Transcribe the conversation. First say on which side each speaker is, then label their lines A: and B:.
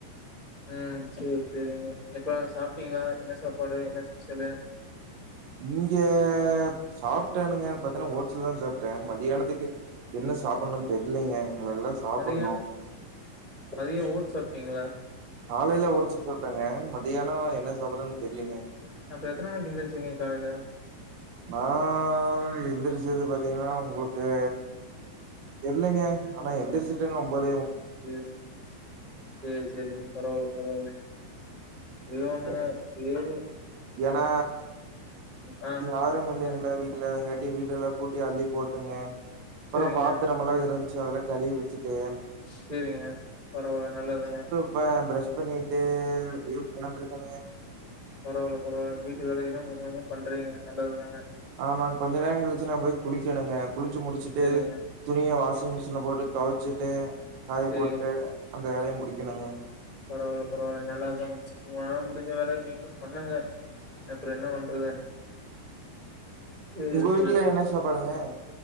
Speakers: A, on the right (about 20°); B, on the right (about 65°).
A: ம் சேரி சேரிங்க எப்ப சாப்பிட்டீங்களா என்ன சாப்பாடு என்ன ஸ்பெஷலு
B: இங்க சாப்ட்டேனுங்க பாத்தீன்னா ஓட்ஸ் தா சாப்ட்ட மதியானத்துக்கு என்ன சாப்பணுன் தெர்லைங்க இனிமல் தா சாப்புட்ணு
A: மதிய மதியோ ஓட்ஸ் சாப்டீங்ளா
B: காலைல ஓட்ஸ்சு சாப்டங்க மதியானோ என்ன சாப்பரன் தெர்லீங்க
A: அப்ப எத்தன மணிக்கு எந்திருச்சிங்க காலைல
B: நான் எந்திரிச்சது பார்த்தீங்கன்னா உங்களுக்கு தெர்லைங்க ஆனா எந்திரிச்சுட்டங்க ஒன்பதே
A: சேர் சேர் செரிங்க பரவாயில்ல பரவால்லைங் அதுவே ஒன்னுங்க
B: எ
A: பேரு
B: ஏன்னா
A: ஆ.
B: யாரும் இல்லைங்களா
A: சொல்லுங்க.
B: வீட்ல வரங்காட்டி வீடு எல்லா கூட் டி அள்ளி போட்டுங்க அப்புறோ
A: சரிங்க,
B: பாத்தரமல்லா இருந்ச்சு அதெல்லா கழுவி வச்சுட்டு
A: செரிங்க பரவால்ல நல்லதுங்க
B: இப்ப ப்ரஷ் பண்ணிட்டு அப்டியே உட்காந்துட்ருக்கனுங்க
A: பரவால்ல பரவால்ல வீட்டு வேலைகளா கொஞ்சோ பண்றீங்க நல்லது தாங்க
B: ஆமாங் கொஞ்ச நேர கழிச்சு நா போய் குளிக்கணுங்க குளிச்சு முடிச்சுட்டு
A: சரிங்க,
B: துணிய வாஷிங் மிஷின்ல போட்டு தொவச்சிட்டு காய
A: சரிங்க.
B: போட்டு அந்த வேலையு முடிக்கணுங்க
A: பரவால்ல பரவால்ல நல்லது தாங்க உங்களால முடிஞ்ச வேல நீங்களு பண்ணுங்க அப்புற என்னா பண்றது சரி,
B: உங்க
A: சரி.
B: வீட்ல என்ன சாப்பாடுங்க